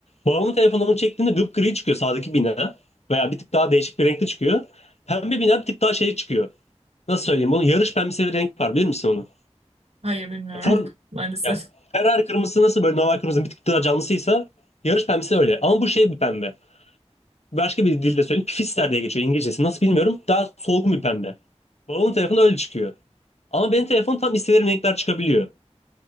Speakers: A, on the left (about 70°); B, on the right (about 65°).
A: Babamın telefonunu bunu çektiğinde gri çıkıyor sağdaki bina. Veya bir tık daha değişik bir renkte çıkıyor. Pembe bina bir tık daha şey çıkıyor. Nasıl söyleyeyim bunu? Yarış pembesi bir renk var bilir misin onu?
B: Hayır bilmiyorum
A: Ya Form,
B: <laughs> maalesef.
A: ya Ferrari kırmızısı nasıl böyle normal kırmızının bir tık daha canlısıysa yarış pembesi öyle. Ama bu şey bir pembe. Başka bir dilde söyleyeyim. Pifister diye geçiyor İngilizcesi. Nasıl bilmiyorum. Daha solgun bir pembe. Babamın telefonu öyle çıkıyor. Ama benim telefon tam istediğim renkler çıkabiliyor.